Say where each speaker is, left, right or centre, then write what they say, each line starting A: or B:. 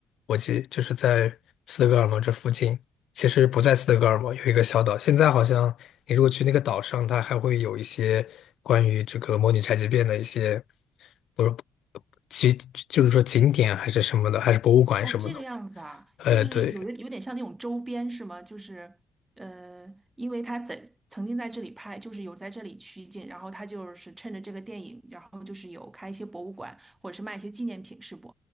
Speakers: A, on the left (about 70°); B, on the right (about 20°).
A: 我记就是在斯德哥尔摩这附近。其实不在斯德哥尔摩，有一个小岛。现在好像你如果去那个岛上，它还会有一些关于这个模拟宅急变的一些，不是，其就是说景点还是什么的，还是博物馆什么的。
B: 哦，这个样子啊，
A: 呃，
B: 就是有有有点像那种周边是吗？
A: 对，
B: 就是呃，因为他在曾经在这里拍，就是有在这里取景，然后他就是趁着这个电影，然后就是有开一些博物馆或者是卖一些纪念品，是不？